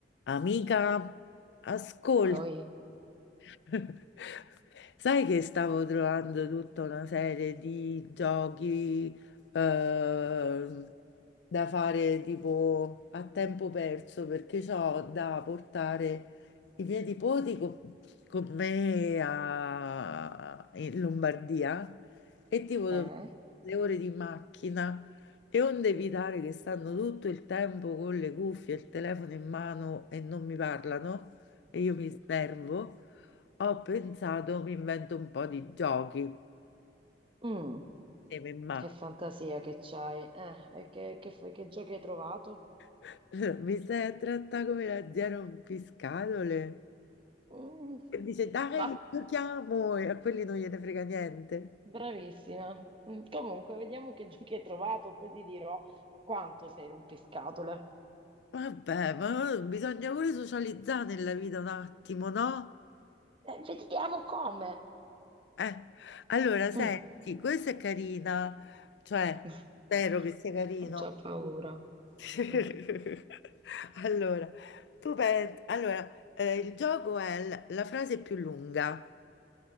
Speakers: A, on the left; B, on the right.
A: Amica, ascolta,
B: Poi,
A: <laughs> Sai che stavo trovando tutta una serie di giochi eh, da fare tipo a tempo perso perché ho da portare i miei nipoti co- con, me a- in Lombardia e tipo
B: eh?
A: do- le ore di macchina e onde evitare che stanno tutto il tempo con le cuffie e il telefono in mano e non mi parlano e io mi snervo. Ho pensato, mi invento un po' di giochi
B: Mm,
A: insieme in macchina.
B: che fantasia che c'hai. Eh, e che, che, fai- che giochi hai trovato?
A: <laughs> Mi stai a trattare come la zia rompiscatole?
B: Mm,
A: E dice, dai,
B: bah,
A: giochiamo! E a quelli non gliene frega niente.
B: bravissima. Mm, comunque, vediamo che giochi hai trovato, poi ti dirò quanto sei rompiscatole.
A: Vabbè, ma bisogna pure socializzare nella vita un attimo, no?
B: Eh, vediamo come.
A: Eh, allora, senti,
B: Mm.
A: questa è carina, cioè,
B: <laughs>
A: spero che sia carino.
B: Ho già paura.
A: <laughs>
B: Mm.
A: Allora, tu pensi, allora, eh, il gioco è l- la frase più lunga,